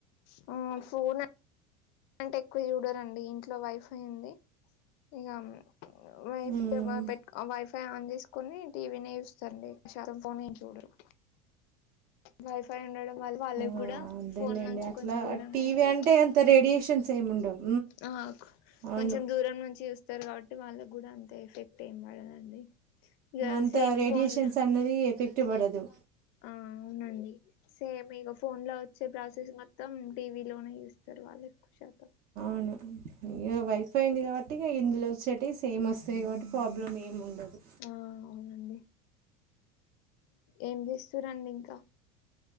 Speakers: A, on the left; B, on the right.
A: హుమ్ ఫోన్ అంటే ఎక్కువ చూడరండి ఇంట్లో వైఫై ఉంది ఇగ వైఫై
B: ఉమ్
A: పెట్కో వైఫై ఆన్ చేసు కొని టీవీనే చూస్తారండి ఎక్కువ శాతం ఫోన్ ఏం చూడరు. వైఫై ఉండడం వల్ల వాళ్ళకి
B: ఆ
A: కూడా
B: అదేలేండి
A: ఫోన్ నుంచి
B: అట్లా
A: కొంచెం దూరంగా
B: టీవీ
A: ఉంటారు.
B: అంటే అంత రేడియేషన్స్ ఏమి ఉండవు
A: ఆ
B: అవును
A: కొంచెం దూరం నుంచి చూస్త ఉంటారు కాబట్టి వాళ్ళకి కూడా అంత ఎఫెక్ట్ ఏ పడదండి ఇక
B: అంత
A: సేమ్
B: రేడియేషన్స్
A: ఫోన్
B: అన్నది ఎఫెక్ట్ పడదు
A: ఆ ఆవునండి సేమ్ ఇగ ఫోన్ లో వచ్చే ప్రాసెస్ మొత్తం టీవి లోనే చూస్తారు ఎక్కువ శాతం
B: <inaudible> ఇగ వైఫై ఉంది కాబట్టి ఇందులో చెటిష్ సేమ్ వస్తాయి కాబట్టి ప్రాబ్లం ఏమి ఉండదు
A: ఆ అవునండి ఏం చేస్తుర్రు అండి ఇంకా